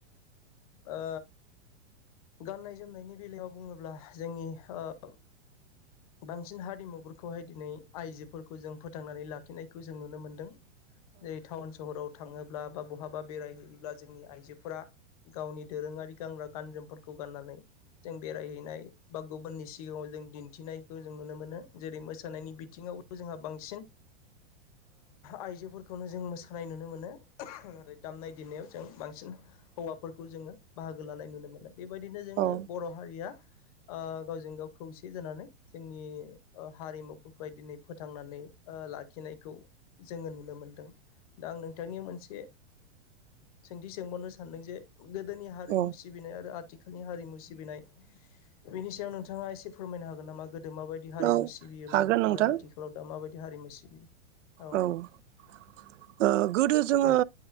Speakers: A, on the left; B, on the right.
A: ओ गाननाय जोमनायनि बेलायाव बुङोब्ला जोंनि ओ बांसिन हारिमुफोरखौहाय आइजोफोरखौ जों फोथांनानै लाखिनायखौ जों नुनो मोनदों। जेरै टाउन सहराव थाङोब्ला बा बहाबा बेरायहैयोब्ला जोंनि आइजोफोरा। गावनि दोरोङारि गानग्रा गान जोमफोरखौ गाननानै। जों बेरायहैनाय बा गुबुननि सिगाङाव जों दिन्थिनाय। जों नुनो मोनो जेरै मोसानायनि बिथिङाव जोंहा बांसिन आइजो। हौवाफोरखौनो जों मोसानाय नुनो मोनो आरो दामनाय देनायाव जों बांसिन हौवाफोरखौ जोङो। बाहागो लानाय नुनो मोनो बेबायदिनो जोङो
B: औ
A: बर' हारिया गावजों गाव खौसे जानानै। जोंनि हारिमुफोरखौहाय दिनै फोथांनानै लाखिनायखौ। जोङो नुनो मोनदों दा आं नों। बिथांनि मोनसे सोंथि सोंबावनो सानदों जे गोदोनि
B: औ
A: हारिमु। आरो आथिखालनि हारिमु सिबिनाय बिनि सायाव नोंथाङा एसे फोरमायनो हागोन नामा। गोदो माबायदि हारिमु
B: औ
A: सिबियोमोन
B: हागोन नोंथां
A: आरो आथिखालाव दा माबायदि हारिमु सिबियो। औ
B: औ गोदो जोङो
A: उम